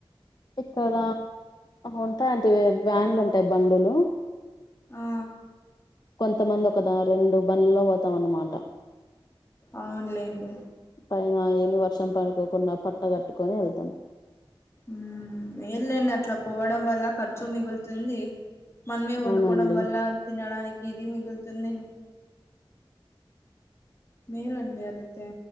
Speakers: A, on the left (about 45°); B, on the left (about 25°).
A: ఇక్కడ ఉంటాయండి వ్యాన్లు ఉంటాయి బండులు
B: ఆ
A: కొంతమంది ఒకాదారెండు బండ్లులో పోతాం అనమాట
B: అవునులేండి
A: పైన ఏమి వర్షం పడుకోకుండా పట్ట కట్టుకొని ఎళ్తాం
B: ఊమ్ మేల్లేండి అట్లా పోవడం వల్ల ఖర్చు మిగులుతుంది మన్మే వండుకోవడం
A: అవునండి
B: వల్ల తినడానికి ఇది మిగులుతుంది మేలండి అదతే